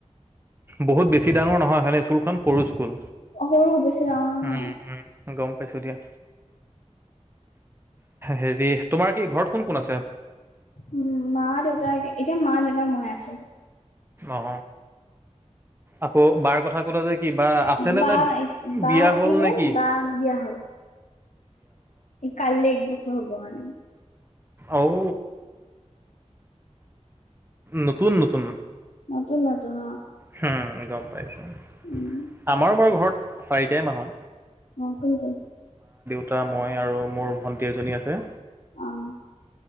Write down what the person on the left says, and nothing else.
সৰু বেছি ডাঙৰ নহয়।
উ, মা, দেউতা এতিয়া, এতিয়া মা, দেউতা মই আছোঁ।
বা
বা
আছিলে
বা বিয়া হ'ল এই কাললৈ এক বছৰ হব মানে।
নতুন, নতুন।
উম
অ, কোন, কোন।
আহ।